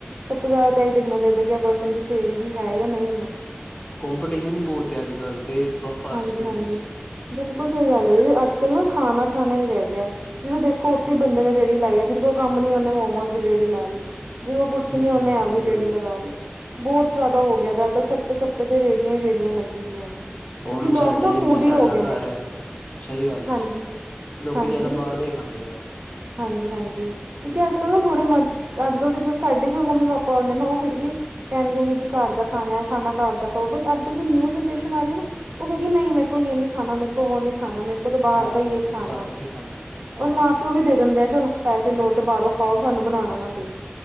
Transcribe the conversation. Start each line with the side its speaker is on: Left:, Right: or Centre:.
Right: ਸਬ ਤੋ ਜਾਦਾ ਤਾ ਏਹੀ ਦੇਖਨਾ ਚਾਈਦਾ ਕਿ ਏਹ ਪਰਸਨ ਦੀ ਸੇਲ ਵੀ ਹੈ ਯਾ ਨਹੀਂ ਹੈ।
Left: ਕੋਮਪੀਟੀਸ਼ਨ ਹੀ ਬੋਤ ਏ ਅੱਜ ਕੱਲ ਦੇ ਬ ਫਾਸਟ
Right: ਹਾਂਜੀ
Left: ਫੂਡ
Right: ਹਾਂਜੀ
Left: ਵਿੱਚ।
Right: ਬਿਲਕੁਲ ਸਹੀ ਗੱਲ ਏ ਜੀ ਅੱਜ ਕੱਲ ਨਾ ਖਾਨਾ ਖਾਨਾ ਹੀ ਰੇ ਗਆ ਜਿੱਦੋਂ ਦੇਖੋ ਓਥੇ
Left: ਹਮ
Right: ਹੀ ਬੰਦੇ ਨੇ ਰੇੜੀ ਲਾਈਏ ਜੀਦੇ ਕੋਲ ਕੰਮੀ ਓਨੇ ਮੋਮੋਜ਼ ਦੀ ਰੇੜੀ ਲਾ ਲੀ ਜੀਦੇ ਕੁਛ
Left: ਹਮ
Right: ਨੀ ਏ ਓਨੇ
Left: ਹਮ
Right: ਆਵਦੀ
Left: ਸਹੀ
Right: ਰੇੜੀ
Left: ਗੱਲ ਏ
Right: ਲਗਾ ਲੀ। ਬੋਤ ਜਾਦਾ ਹੋ ਗਿਆ ਦਾ ਏ ਚੱਪੇ ਚੱਪੇ ਤੇ ਰੇੜੀਆਂ ਈ ਰੇੜੀਆਂ ਲੱਗੀ ਦੀਆ ਨੇ। ਕਿਉਂਕਿ
Left: ਹੋਨ
Right: ਲੋਕ
Left: ਸਾਡੇ
Right: ਨਾ
Left: ਜਿਵੇਂ
Right: ਫੂਡੀ
Left: ਸਾਡਾ
Right: ਹੋ ਗਏ ਨੇ
Left: ਘਰ ਏ ਸਹੀ ਗੱਲ ਐ।
Right: ਹਾਂਜੀ
Left: ਲੋਕੀ
Right: ਹਾਂਜੀ
Left: ਜਾਦਾ ਬਾਰ ਦਾ ਈ ਖਾਂਦੇ ਆ।
Right: ਹਾਂਜੀ ਹਾਂਜੀ। ਕਉਕਿ ਅੱਜ ਕੱਲ ਨਾ ਥੋੜੇ ਮ ਅੱਜ ਕੱਲ ਜੋ ਸਾਡੇ ਜੋ ਮੰਮੀ ਪਾਪਾ ਨੇ ਨਾ ਓ ਫਿਰ ਵੀ ਕੇਂਗੇ ਨੀ ਜੀ ਘਰ ਦਾ ਖਾਨਾ ਏ ਖਾਨਾ ਘਰ ਦਾ ਖਾਓ ਬਟ ਅੱਜ ਕੱਲ ਜੋ ਨਿਊ ਜਨਰੇਸ਼ਨ <unintelligible> ਓ ਕੇ ਗੀ ਨੀ ਮੇ ਕੋ ਯੇ ਨੀ ਖਾਨਾ ਮੇਕੋ ਵੋ ਨੀ ਖਾਨਾ ਮੈ ਕੋ ਤੋ ਬਾਹਾਰ
Left: ਹਾਂ
Right: ਕਾ ਯੇ ਖਾਨਾ
Left: ਬਾਹਰ
Right: ਐ
Left: ਕੇ ਖਾਂਦੇ
Right: ਔਰ ਮਾਂ ਪਿਓ ਵੀ ਦੇ ਦਿੰਦੇ ਆ ਚਲੋ ਪੈਸੇ ਲੋ ਤੇ ਬਾਰੋਂ ਖਾਓ ਸਾਨੂੰ ਬਣਾਣਾ ਨਾ ਪਏ